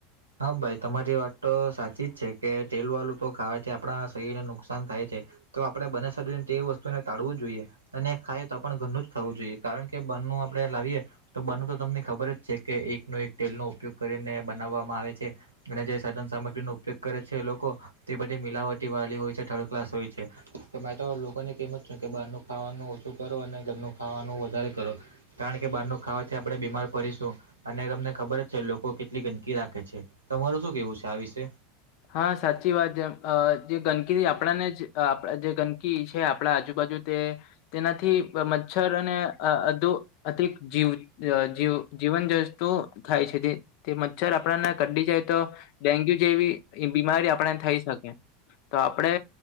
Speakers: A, on the right; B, on the left.
A: હા ભાઈ તમારી વાત તો સાચી જ છે કે તેલ વાલુ તો ખાવાથી આપડા શરીરને નુકસાન થાય છે. તો આપડે બને સડીને તે વસ્તુને ટાળવું જ જોઈએ. અને ખાય તો પણ ઘરનું જ ખાવું જોઈએ કારણ કે બારણું આપડે લાવીએ તો બને તો તમને ખબર જ છે કે એકનો એક તેલનો ઉપયોગ કરીને બનાવવામાં આવે છે. અને જે સાધન સામગ્રીનો ઉપયોગ કરે છે લોકો તે બધી મિલાવટી વાળી હોય છે થર્ડ ક્લાસ હોય છે. કે મેંતો લોકોની કેમજ છું કે બહારનું ખાવાનું ઓછું કરો અને ઘરનું ખાવાનું વધારે કરો કારણ કે બહાર નું ખાવાથી આપડે બીમાર પરીશું અને તમને ખબર જ છે લોકો કેટલી ગંદકી રાખ ખે છે તમારું શું કેવું છે આ વિશે?
B: હા સાચી વાત જેમ અ જે ગંદકી આપડાને જ અ આપડા જે ગંદકી છે આપડા આજુબાજુ તે તેનાથી મચ્છર અને <unintelligible> તો થાય છે તે તે મચ્છર આપળાને કદી જાય તો ડેન્ગ્યુ જેવી બીમારી આપડાણે થઈ શકે તો આપડે